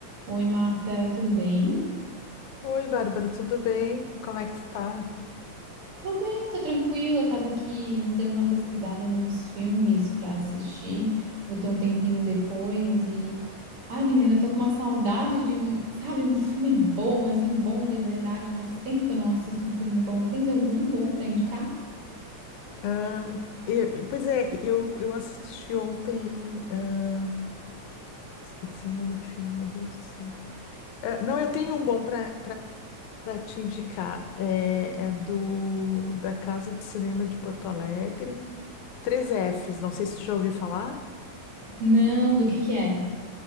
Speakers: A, on the right; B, on the left.
A: Oi, Marta, tudo bem?
B: Oi, Bárbara, tudo bem? E como é que tu tá?
A: Tô bem, tô tranquila. Tava aqui dando uma pesquisada nos filmes pra assistir. Vou ter um tempinho depois e ai, menina, tô com uma saudade de um, sabe, um filme bom, assim, bom de verdade. Faz tempo que eu não assisto um filme bom. Tens algum bom pra indicar?
B: Ah, eu- eu- pois é, eu, eu assisti ontem. ah, esqueci o nome do filme, meu Deus do céu. Ah, não, eu tenho um bom para te indicar. É, é do da Casa de Cinema de Porto Alegre. Três fs não sei se tu já ouviu falar.
A: Não, do que que é?